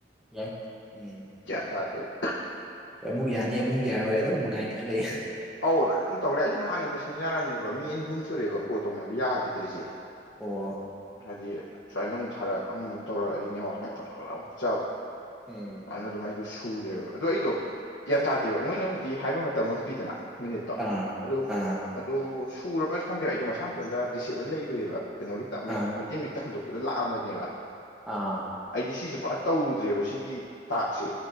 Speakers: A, in the centre; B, on the left.
A: ꯌꯥꯏ ꯎꯝ
B: ꯇꯥꯗꯦꯕ
A: ꯑꯃꯨꯛ ꯌꯥꯅꯤ ꯑꯃꯨꯛ ꯌꯥꯔꯣꯏ ꯑꯗꯨꯝ ꯉꯥꯏꯅ ꯂꯩ
B: ꯑꯧ ꯅꯥꯟ ꯇꯧ ꯂꯩ ꯑꯩꯁꯨ ꯅꯥꯟꯅ ꯂꯣꯏꯁꯟ ꯌꯥꯔꯝꯅꯦꯕ ꯃꯤ ꯑꯅꯤ ꯑꯍꯨꯝ ꯁꯨꯔꯦꯕ ꯀꯣꯜ ꯇꯧꯅꯕ ꯌꯥꯈꯤꯗ꯭ꯔꯤꯁꯦ
A: ꯑꯣ
B: ꯍꯥꯏꯗꯤ ꯁꯨꯃꯥꯏꯅ ꯑꯃꯨꯛ ꯊꯥꯔꯛ ꯑꯃꯃꯨꯛ ꯇꯧꯔꯛ ꯑꯗꯤ ꯅꯦꯠꯋꯥꯛ ꯄꯠ ꯄꯠ <unintelligible> ꯆꯞ
A: ꯎꯝ
B: ꯑꯅꯥ ꯗꯨꯃꯥꯏ ꯑꯗꯣ ꯁꯨꯗꯦꯕ ꯑꯗꯣ ꯑꯩꯗꯣ ꯒ꯭ꯌꯥꯟ ꯇꯥꯗꯦꯕ ꯃꯣꯏꯅꯕꯨꯗꯤ ꯍꯥꯏꯕ ꯃꯇꯝ ꯑꯃ ꯄꯤꯗꯅ ꯃꯤꯅꯤꯠꯇꯣ
A: ꯑꯥ
B: ꯑꯗꯣ
A: ꯑꯥ
B: ꯑꯗꯣ ꯁꯨꯔꯕꯁꯨ ꯈꯪꯗꯦꯕ ꯑꯩꯗꯣ ꯃꯁꯥꯃꯇꯣꯟꯗ ꯗꯤꯁꯑꯦꯕꯜ ꯂꯩꯔꯨꯏꯌꯦꯕ ꯀꯩꯅꯣꯒꯤ ꯇꯥꯏꯞ ꯃꯩ
A: ꯑꯥ
B: ꯃꯩ ꯃꯩꯇꯩ ꯃꯌ‌ꯦꯛꯇ ꯍꯟꯗꯣꯛꯄꯤꯗꯣ ꯂꯥꯛꯑꯝꯕꯅꯦꯕ
A: ꯑꯥ
B: ꯑꯩꯗꯤ ꯁꯤꯖ‌ꯦ ꯄꯨꯔꯥ ꯇꯧꯗ꯭ꯔꯦꯕ ꯁꯤꯒꯤ ꯇꯥꯛꯁꯦ